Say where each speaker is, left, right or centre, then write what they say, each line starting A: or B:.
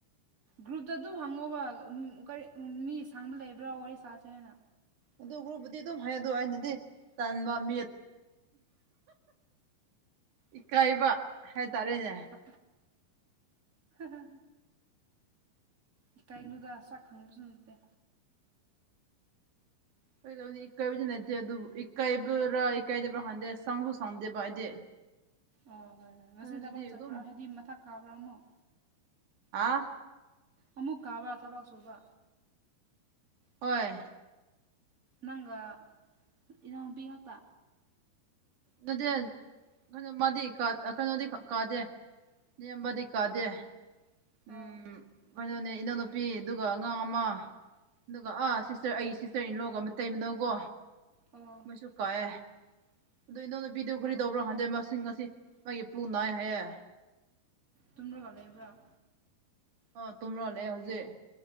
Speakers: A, on the right; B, on the right.
A: ꯒ꯭ꯔꯨꯞꯇ ꯑꯗꯨꯝ ꯍꯪꯉꯣꯕ ꯀꯔꯤ ꯃꯤ ꯁꯥꯡꯕ ꯂꯩꯕ꯭ꯔꯥ ꯋꯥꯔꯤ ꯁꯥꯥꯁꯦ ꯍꯥꯏꯅ
B: ꯑꯗꯨ ꯒ꯭ꯔꯨꯕꯨꯗꯤ ꯑꯗꯨꯝ ꯍꯥꯏꯗꯣ ꯑꯩꯅꯗꯤ ꯇꯟꯕ ꯃꯤ ꯏꯀꯥꯏꯕ ꯍꯥꯏꯇꯥꯔꯦꯅꯦ
A: ꯍꯥ ꯍꯥ ꯏꯀꯥꯏꯅꯨꯗ ꯁꯛ ꯈꯪꯕꯁꯨ ꯁꯨꯟꯗꯦ
B: ꯀꯩꯗꯧꯅꯤ ꯏꯀꯥꯏꯕꯁꯨ ꯅꯠꯇꯦ ꯑꯗꯨꯕꯨ ꯏꯀꯥꯏꯕ꯭ꯔꯥ ꯏꯀꯥꯏꯗꯕ꯭ꯔꯥ ꯍꯥꯟꯗꯦ ꯁꯥꯡꯁꯨ ꯁꯥꯡꯗꯦꯕ ꯑꯩꯗꯤ
A: ꯑꯣ ꯍꯣꯏ ꯍꯣꯏ ꯉꯁꯤ
B: ꯑꯗꯨꯗꯤ
A: ꯊꯕꯛ ꯆꯠꯄ꯭ꯔꯣ
B: ꯑꯗꯨꯝ
A: ꯍꯥꯏꯗꯤ ꯃꯊꯛ ꯀꯥꯕ꯭ꯔꯥ ꯑꯃꯨꯛ
B: ꯑꯥ
A: ꯑꯃꯨꯛ ꯀꯥꯕ꯭ꯔꯥ ꯊꯕꯛ ꯁꯨꯕ
B: ꯍꯣꯏ
A: ꯅꯪꯒ ꯏꯅꯥꯎꯄꯤ ꯉꯥꯛꯇ
B: ꯅꯗꯦ ꯀꯩꯅꯣ ꯃꯥꯗꯤ ꯀꯩꯅꯣꯗꯤ ꯀꯥꯗꯦ ꯅꯦꯝꯕꯗꯤ ꯀꯥꯗꯦ ꯎꯝ
A: ꯑꯣ
B: ꯀꯩꯅꯣꯅꯦ ꯏꯅꯎꯅꯨꯄꯤ ꯑꯗꯨꯒ ꯑꯉꯥꯡ ꯑꯃ ꯑꯗꯨꯒ ꯑꯥ ꯁꯤꯁꯇꯔ ꯑꯩ ꯁꯤꯁꯇꯔ ꯏꯟꯂꯣꯒ ꯑꯃ ꯇꯩꯕꯅꯧꯀꯣ
A: ꯑꯣ
B: ꯃꯣꯏꯁꯨ ꯀꯥꯏꯑꯦ ꯑꯗꯨꯣ ꯏꯅꯧ ꯅꯨꯄꯤꯗꯨ ꯀꯔꯤ
A: ꯑꯣ
B: ꯇꯧꯕ꯭ꯔꯥ ꯈꯟꯗꯦ ꯉꯁꯤ ꯃꯥꯒꯤꯄꯨꯡ ꯅꯥꯏ ꯍꯥꯏꯌꯦ
A: ꯇꯨꯝꯃ꯭ꯔꯒ ꯂꯩꯕ꯭ꯔꯥ
B: ꯑꯣ ꯇꯨꯝꯔꯒ ꯂꯩ ꯍꯧꯖꯤꯛ